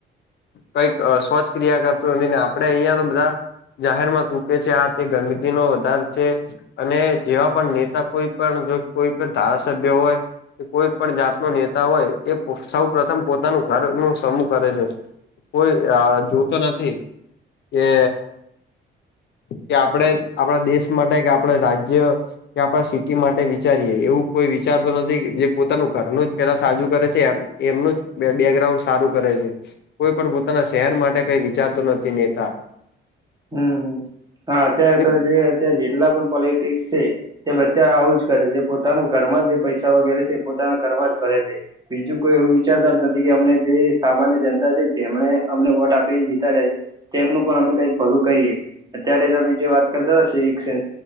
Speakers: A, on the left; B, on the right.
A: કઈક સ્વચક્રિયા કરતું નથીને આપણે અહિયા તો બધું બધાં જાહેર માં થુકે છે આ તે ગંદકીનો વધારો છે અને જેવા પણ નેતા કોઈ પણ જો કોઈ પણ ધારાસભ્ય હોય કોઈ પણ જાત નો નેતા હોય એ સૌ પ્રથમ પોતાનું ઘર ન સમૂહ કરે છે કોઈ જોતો નથી જે જે આપણે આપણા દેશ માટે કે આપડ રાજ્ય કે આપણે સિટી માટે વિચારીએ એવું કોઈ વિચારતો નથી કે જે પોતાનું ઘરનું જ પેલા સાજું કરે છે એમ એમનું જ બેકગ્રાઉન્ડ સારું કરે છે કોઈ પણ પોતાના શહેર માટે કઈ વિચારતો નથી નેતા
B: હમ્મ હમ્મ હા અત્યારે
A: એ
B: તો જે અત જેિલ્લા પણ પોલિટિક્સ છે તે બધ આવ જ કરે જે પોતાનું ઘરમાં જ જે પૈસા વગેરે છે એ પોતાના ઘરમાં જ ભરે છે બીજું કોઈ એવું વિચારતા જ નથી કે અમને જે સામાન્ય જનતા છે જેમને અમને વોટ આપીને જીતા જાય છે તેમનું પણ અમે કઈ ફોલ કરીએ અત્યારે અમે જે વાત કરતા હતા